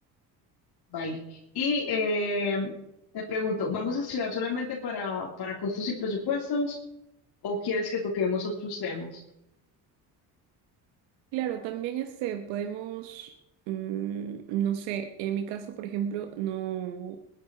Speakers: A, on the left; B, on the right.
A: ¿vale? Y eh, te pregunto, ¿vamos a estudiar solamente para, para costos y presupuestos o quieres que toquemos otros temas?
B: Claro, también este, podemos, mm, no sé, en mi caso, por ejemplo, no,